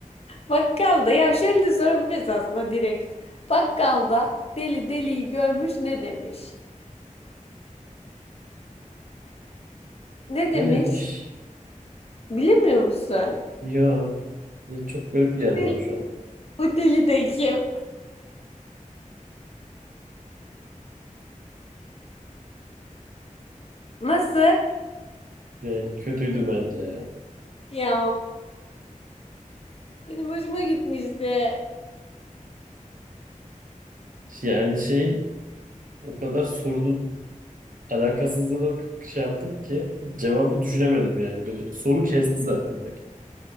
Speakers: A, on the left; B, on the right.
A: Bakkalda ya şöyle de sorabiliriz aslında direkt. Bakkalda deli deliyi görmüş ne demiş? Ne demiş?
B: Ne demiş?
A: Bilemiyor musun?
B: Yo. Ya çok garip geldi
A: Bu deli,
B: bana şu an.
A: bu deli de kim? Nasıl?
B: Yani kötüydü bence ya.
A: Ya benim hoşuma gitmişti.
B: Yani şey o kadar sorunun alakasızlığını şey yaptım ki cevabı düşünemedim yani. Beni soru kesti zaten direkt.